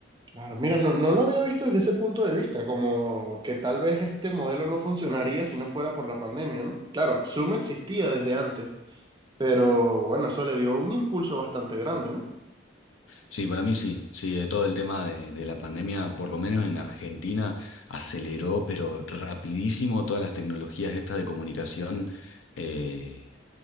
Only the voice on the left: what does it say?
Sí, para mí sí, sí, de todo el tema de, de la pandemia, por lo menos en Argentina, aceleró, pero rapidísimo todas las tecnologías estas de comunicación. eh,